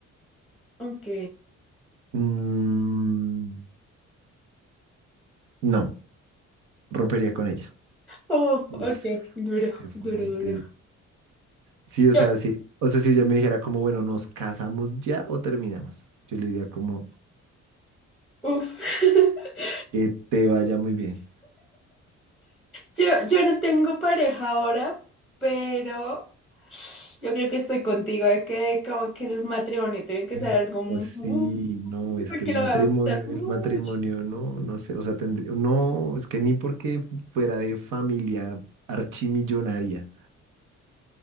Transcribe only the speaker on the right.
Mm, no, rompería con ella.
Uf.
Qué fuerte.
Sí, o
sea, sí. O sea, si ella me dijera como, bueno, ¿nos casamos ya o terminamos? Yo le diría como,
que te vaya muy bien.
No,
sí, no, es
que el
matrimonio,
el matrimonio, no, no sé, o sea, tendría, no, es que ni porque fuera de familia archimillonaria.